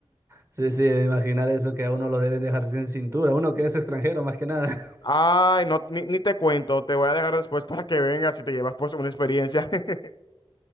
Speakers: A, on the right (about 25°); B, on the left (about 50°).
A: Sí, sí, imaginar eso que a uno lo deben dejar sin cintura, uno que es extranjero más que nada. <laughs>
B: Ay, no, ni, ni te cuento, te voy a dejar después para que vengas y te llevas pues una experiencia. <laughs>